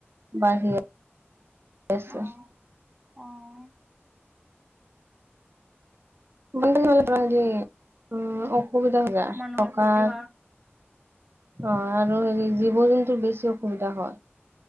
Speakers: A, on the right (about 60°); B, on the right (about 15°).
A: বাঢ়ি আ চ
B: অ',
A: <inaudible>
B: অ'।
A: <unintelligible> অসুবিধা হৈ জায়
B: মানুহৰ
A: থকা
B: ক্ষতি
A: অ
B: হোৱা
A: <unintelligible> আৰু হেৰি জীৱ জন্তুৰ বেছি অসুবিধা হয়।